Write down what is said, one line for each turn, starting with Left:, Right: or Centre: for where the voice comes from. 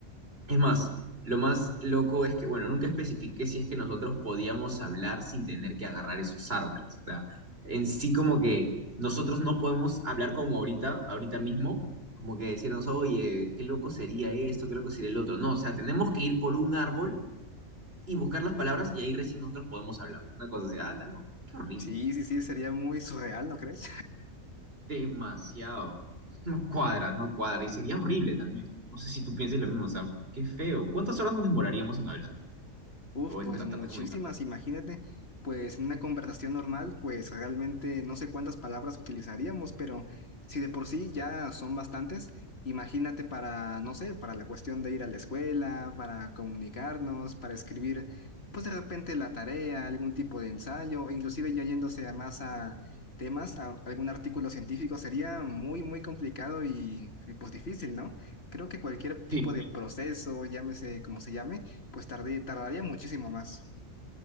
Right: es más, lo más loco es que, bueno, nunca especifiqué si es que nosotros podíamos hablar sin tener que agarrar esos árboles. O sea, en sí como que nosotros no podemos hablar como ahorita, ahorita mismo, como que decirnos, oye, qué loco sería esto, qué loco sería el otro. No, o sea, tenemos que ir por un árbol y buscar las palabras y ahí recién nosotros podemos hablar. Una cosa así, ala, no, qué horrible.
Left: Sí, sí, sí, sería muy surreal, ¿no crees?
Right: Demasiado. <laughs> No cuadra, no cuadra. Y sería horrible también. No sé si tú piensas lo mismo, o sea, qué feo. ¿Cuántas horas nos demoraríamos en hablar?
Left: Uf,
Right: o
Left: pues
Right: en tratar
Left: muchísimas,
Right: de comunicarnos.
Left: imagínate, pues en una conversación normal, pues realmente no sé cuántas palabras utilizaríamos, pero si de por sí ya son bastantes, imagínate para, no sé, para la cuestión de ir a la escuela, para comunicarnos, para escribir, pues de repente la tarea, algún tipo de ensayo, o inclusive ya yéndose a más a temas, a algún artículo científico, sería muy, muy complicado y y, pues difícil, ¿no? Creo que cualquier tipo
Right: Sí,
Left: de proceso, llámese como se llame, pues tardí, tardaría muchísimo más.